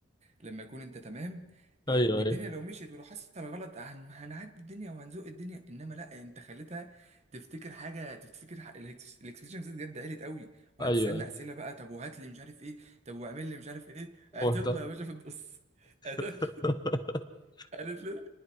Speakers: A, on the right (about 35°); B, on the left (about 20°).
A: لما يكون انت تمام آه،
B: ايوه
A: والدنيا
B: ايوه
A: لو مشيت ولو حصل غلط هن... هنعدي الدنيا وهنزوق الدنيا انما لا انت خليتها تفتكر حاجه تفتكر ح... الإكس- الاكسبكتيشنز بجد عليت قوي وقعدت
B: ايوه
A: تسالنا
B: ايوه
A: اسئله بقى طب وهات لي مش عارف ايه طب واعمل لي مش عارف ايه
B: هو
A: قاتلنا
B: انت
A: يا باشا في النص <laughs> قاتلنا
B: <laughs>
A: قالت لنا